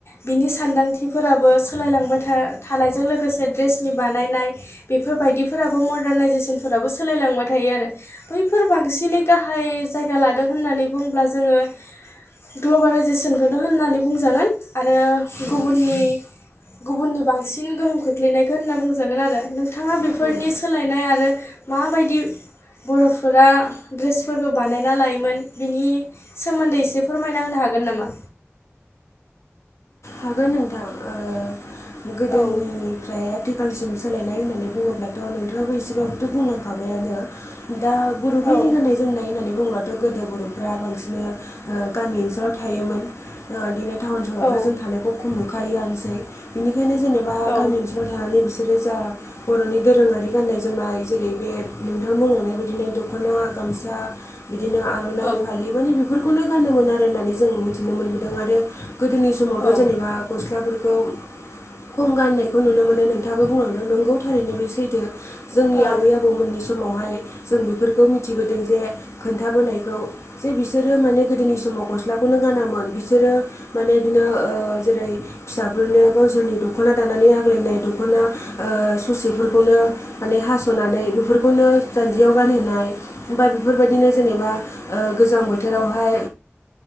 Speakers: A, on the left; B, on the left.
A: बिनि सानदांथिफोराबो सोलायलांबाय था-थानायजों लोगोसे ड्रेसनि बानायनाय बेफोरबायदिफोराबो मदार्नाइजेसनफोराबो सोलायलांबाय थायो आरो। बैफोर बांसिनै गाहाय जायगा लादों होननानै बुंब्ला जोङो ग्लबेलाइजेसनखोनो होननानै बुंजागोन आरो
B: उम
A: गुबुननि गुबुननि बांसिन गोहोम खोख्लैनायखो होनना बुंजागोन आरो नोंथाङा बेफोरनि
B: उम
A: सोलायनाय आरो माबायदि बर'फोरा ड्रेसफोरखौ बानायना लायोमोन बिनि सोमोन्दै एसे फोरमायना होनो हागोन नामा?
B: हागोन नोंथां ओ गोदोनिफ्राय
A: औ
B: आथि खालसिम सोलायनाय होननानै बुङोब्लाथ' नोंथाङाबो एसेबाबोथ' बुंलांखाबायानो। दा बर'फोरनि
A: औ
B: गान्नाय जोमनाय होननानै बुंब्ला थ' गोदो बर'फ्रा बांसिन गामि ओनसोलाव थायोमोन। ओ दिनै टाउन सहरावथ'
A: औ
B: जों थानायखौ खम नुखायोआनोसै बिनिखायनो जेनेबा
A: औ
B: गामि ओनसोलाव थानानै बिसोरो जा बर'नि दोरोङारि गाननाय जोमनाय जेरै बे नोंथां बुंलांनाय बायदिनो दख'ना, गामसा, बिदिनो आर'नाइ
A: औ
B: फालि माने बिफोरखौनो गानोमोन आरो होननानै जों मिथिनो मोनबोदों आरो गोदोनि समावथ'
A: औ
B: जेनेबा गस्लाफोरखौ खम गाननायखौ नुनो मोनो नोंथाङाबो बुंलांदों नंगौ थारैनो बे सैथो। जोंनि
A: औ
B: आबै आबौमोननि समावहाय जों बेफोरखौ मिथिबोदों जे खोन्थाबोनायखौ जे बिसोरो माने गोदोनि समाव गस्लाखौनो गानामोन बिसोरो माने इदिनो ओ जेरै फिसाफोरनो गावसोरनि दख'ना दानानै आग्लायनाय दख'ना ओ ससेफोरखौनो माने हास'नानै बेफोरखौनो जान्जियाव गानहोनाय बा बेफोरबायदिनो जेनेबा ओ गोजां बोथोरावहाय